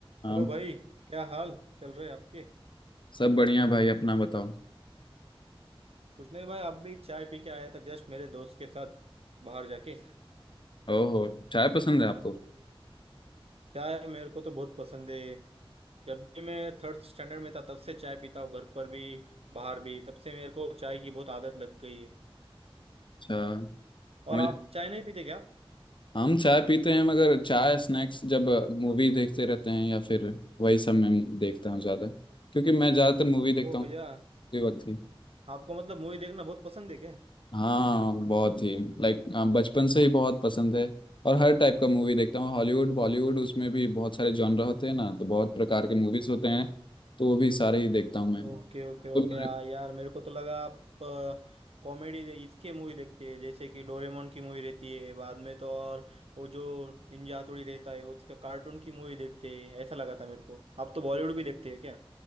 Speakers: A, on the left; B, on the right.
A: हाँ
B: Hello भाई क्या हाल चल रहे आपके
A: सब बढ़िया भाई अपना बताओ
B: कुछ नहीं भाई आप भी चाय पी के आया था जस्ट मेरे दोस्त के साथ बाहर जाके
A: ओहो चाय पसंद है आपको
B: चाय मेरे को तो बहुत पसंद है जब भी मैं थर्ड स्टैंडर्ड में था तब से चाय पीता हूँ घर पर भी बाहर भी तब से मेरे को चाय की बहुत आदत लग गई है
A: अच्छा
B: और
A: मुझे
B: आप चाय नहीं पीते क्या
A: हम चाय पीते हैं मगर चाय स्नैक्स जब मूवी देखते रहते हैं या फिर वही सब मैं देखता हूँ ज़्यादा क्योंकि मैं ज़्यादातर मूवी देखता
B: ओ
A: हूँ
B: या
A: उसी वक्त ही
B: आपको मतलब मूवी देखना बहुत पसंद है क्या
A: हाँ बहुत ही लाइक हाँ, बचपन से ही बहुत पसंद है और हर टाइप का मूवी देखता हूँ हॉलीवुड बॉलीवुड उसमें भी बहुत सारे जॉनर होते हैं ना तो बहुत प्रकार के मूवीज होते हैं तो वो भी सारे ही देखता हूँ मैं
B: ओके ओके
A: तो
B: ओके हाँ यार मेरे को तो लगा आप कॉमेडी इसके मूवी देखते हैं जैसे कि डोरेमोन की मूवी रहती है बाद में तो और वो जो निंजा हथौड़ी रहता है उसका कार्टून की मूवी देखते हैं ऐसा लगा था मेरे को आप तो बॉलीवुड भी देखते हैं क्या